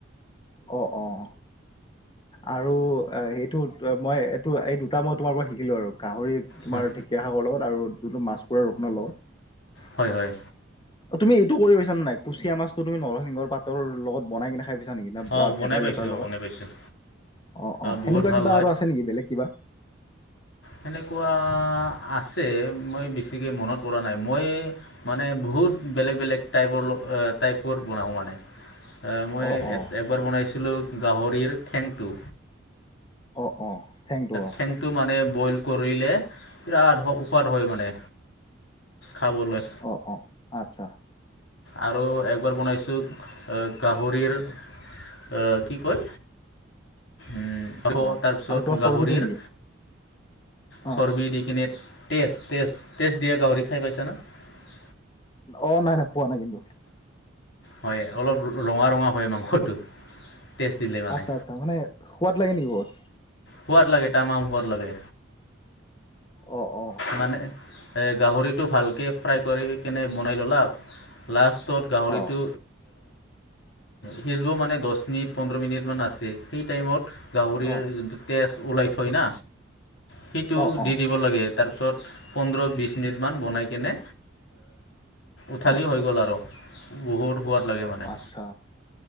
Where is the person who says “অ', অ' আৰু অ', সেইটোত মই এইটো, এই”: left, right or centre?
Left